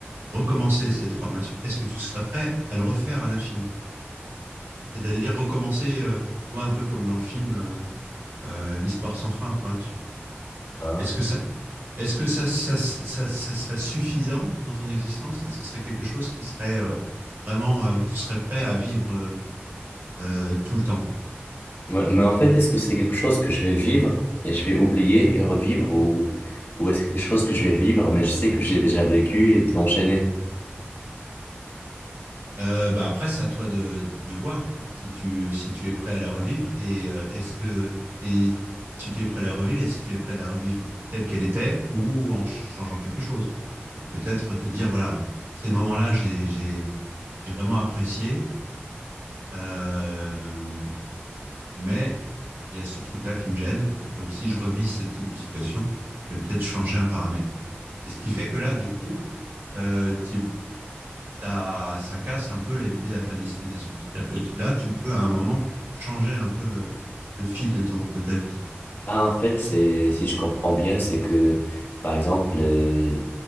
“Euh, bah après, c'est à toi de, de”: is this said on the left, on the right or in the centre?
Right